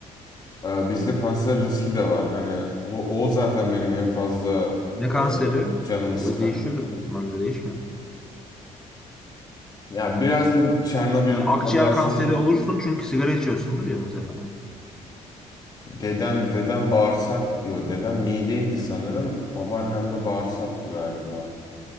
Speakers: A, on the left; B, in the centre.
A: Ee, bizde kanser riski de var. Hani o, o zaten benim en fazla
B: Ne kanseri?
A: e, canımı sıkan.
B: O değişiyordur büyük ihtimalle değişmiyor mu?
A: Ya biraz da Çernobil
B: Yani akciğer
A: kazasının
B: kanseri olursun çünkü sigara içiyorsundur ya mesela.
A: Dedem dedem bağırsak diyor. Dedem mideydi sanırım. Babaannem de bağırsaktı galiba.